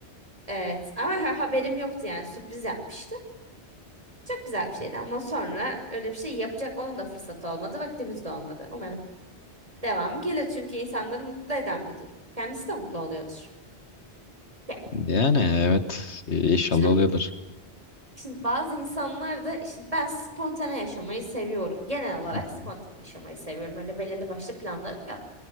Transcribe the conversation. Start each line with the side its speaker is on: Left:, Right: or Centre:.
Right: evet ama ha- haberim yoktu yani sürpriz yapmıştı. Çok güzel bir şeydi ama sonra öyle bir şey yapacak onun da fırsatı olmadı. Vaktimiz de olmadı. Umarım devamı gelir çünkü insanları mutlu eden bir durum. Kendisi de mutlu oluyordur. Ya,
Left: yani evet e, inşallah
Right: şimdi,
Left: oluyordur.
Right: şimdi bazı insanlar da şimdi ben spontane yaşamayı seviyorum. Genel olarak
Left: Hı
Right: spontane
Left: hı.
Right: yaşamayı seviyorum. Öyle belirli başlı planlarım yok.